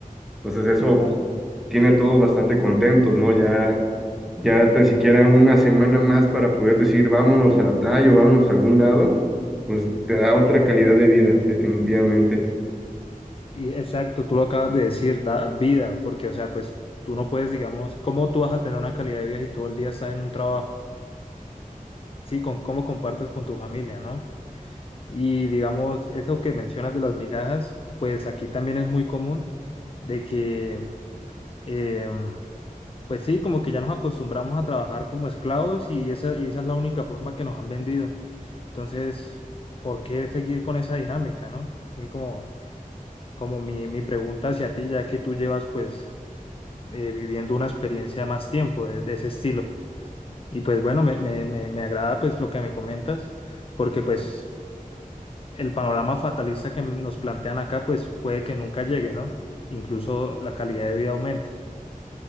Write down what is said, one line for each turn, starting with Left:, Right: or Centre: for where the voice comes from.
Centre: Entonces eso
Left: Claro.
Centre: tiene a todos bastante contentos, ¿no? Ya, ya tan siquiera una semana más para poder decir vámonos a la playa o vámonos a algún lado, pues te da otra calidad de vida, definitivamente.
Left: Y exacto, tú lo acabas de decir, da vida, porque, o sea, pues tú no puedes, digamos, ¿cómo tú vas a tener una calidad de vida si todo el día estás en un trabajo? Sí, con cómo compartes con tu familia, ¿no? Y, digamos, eso que mencionas de las migajas, pues aquí también es muy común de que, eh, pues sí, como que ya nos acostumbramos a trabajar como esclavos y esa, y esa es la única forma que nos han vendido. Entonces, ¿por qué seguir con esa dinámica, no? Es mi como, como mi, mi pregunta hacia ti, ya que tú llevas, pues eh, viviendo una experiencia más tiempo de, de ese estilo. Y pues bueno, me, me, me, me agrada pues lo que me comentas, porque pues el panorama fatalista que nos plantean acá pues puede que nunca llegue, ¿no? Incluso la calidad de vida aumente.